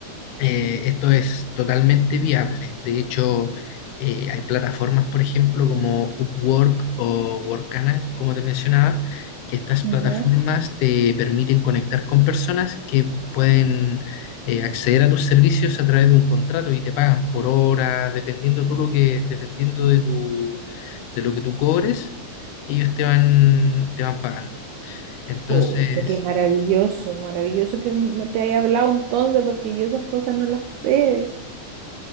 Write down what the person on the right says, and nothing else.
Ya.
Pucha, qué maravilloso, maravilloso que me te haya hablado entonces, porque yo esas cosas no las sé.